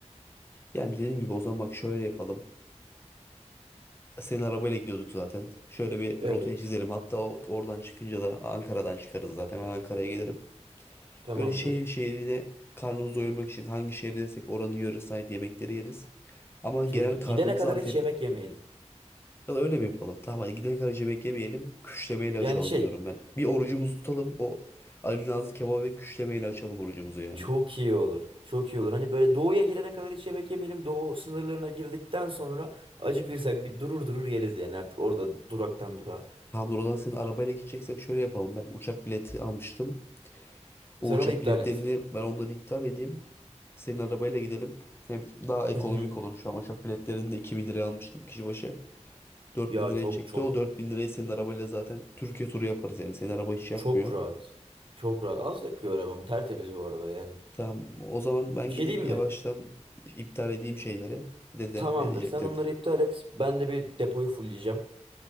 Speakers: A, on the left; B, on the right.
A: Yani dediğim gibi o zaman bak şöyle yapalım. Senin arabayla gidiyorduk zaten. Şöyle bir
B: Evet.
A: rotayı çizelim. Hatta o- oradan çıkınca da Ankara'dan çıkarız zaten. Ben Ankara'ya gelirim.
B: Tamamdır.
A: Böyle şehir şehrine karnımızı doyurmak için hangi şehirdeysek oranın yöresine ait yemekleri yeriz. Ama
B: Çok
A: genel
B: iyi.
A: karnımız
B: Gidene kadar
A: Antep.
B: hiç yemek yemeyelim.
A: Ya da öyle mi yapalım? Tamam hadi gidene kadar hiç yemek yemeyelim. Küşlemeyle
B: Yani
A: açalım
B: şey
A: diyorum ben. Bir orucumuzu tutalım. O Ali Nazlı kebabı ve küşlemeyle açalım orucumuzu yani.
B: Çok iyi olur. Çok iyi olur. Hani böyle doğuya girene kadar hiç yemek yemeyelim. Doğu sınırlarına girdikten sonra acıkırsak bir durur durur yeriz yani artık orada duraktan durağa.
A: Tamamdır o zaman senin arabayla gideceksek şöyle yapalım. Ben uçak bileti almıştım. O
B: Sen
A: uçak
B: onu iptal
A: biletlerini
B: et.
A: ben onları iptal edeyim. Senin arabayla gidelim. Hem daha ekonomik
B: Hı hı.
A: olur. Şu an uçak biletlerini de 2000 liraya almıştım kişi başı. 4000
B: Ya
A: liraya
B: çok
A: çekti.
B: çok
A: O 4000 lirayı senin arabayla zaten Türkiye turu yaparız yani. Senin araba hiç yakmıyor.
B: çok rahat. Çok rahat. Az yakıyor arabam. Tertemiz bu arada yani.
A: Tamam o zaman ben
B: Bir şey
A: gidip
B: diyeyim
A: yavaştan
B: mi?
A: iptal edeyim şeyleri. Dede
B: Tamamdır.
A: ne diyecektin?
B: Sen onları iptal et. Ben de bir depoyu fulleyeceğim.